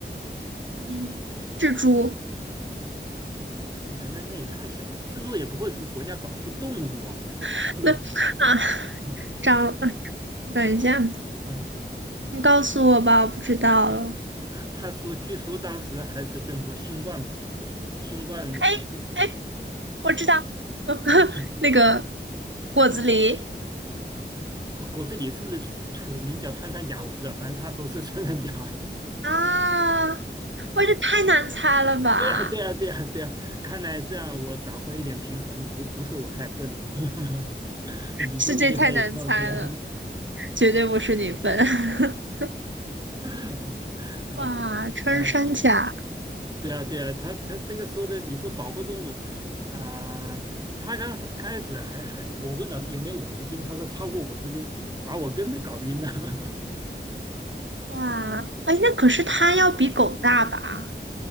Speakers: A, on the right; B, on the right.
A: 嗯，蜘蛛
B: 那那那也太小了，蜘蛛也不会是国家保护动物啊。<laughs>
A: <laughs>，
B: 嗯
A: 那啊，
B: 嗯，
A: 蟑螂，等一下，
B: 嗯
A: 你告诉我吧，我不知道了。
B: 他说，据说当时还是跟什么新冠新冠时候
A: 哎哎，我知道 <laughs>
B: <laughs>
A: 那个果子狸，
B: 啊，果子狸是不是土名叫穿山甲？我不知道，反正他说是穿山甲。
A: 啊，我这太难猜了吧？
B: <laughs> 对啊，对啊，对啊，对啊，看来这样我找回一点平衡，不不是我太笨了，<laughs> 你这么厉害也看不出来。
A: 是这太难猜了，绝对不是你分。<laughs>
B: <laughs> 好，
A: 哇，
B: 好
A: 穿山甲，
B: 呃，对啊，对啊，他他这个说的，你说保护动物啊、他刚是开始还还，我问了有没有五十斤，他说超过五十斤，把我跟着搞晕了。<laughs>
A: 哇，哎，那可是它要比狗大吧？